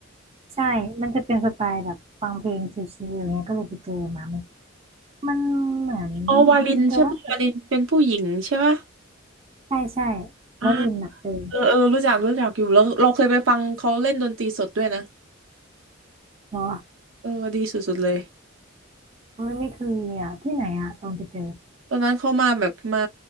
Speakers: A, on the right; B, on the right.
A: ใช่ มันจะเป็นสไตล์แบบฟังเพลงชิลๆอย่างเงี้ยก็เลยไปเจอมามันมันเหมือน
B: อ๋อวาลินใช่ปะวาลินเป็นผู้หญิงใช่ปะ
A: แต่ว่าใช่ใช่
B: อ่า
A: วลินหนักเกิน
B: เออเออรู้จักรู้จักอยู่แล้วเราเคยไปฟังเขาเล่นดนตรีสดด้วยนะ
A: เหรอ
B: เออดีสุดๆเลย
A: เอ้ยไม่เคือเลยอะที่ไหนอะตอนไปเจอ
B: ตอนนั้นเขามาแบบมา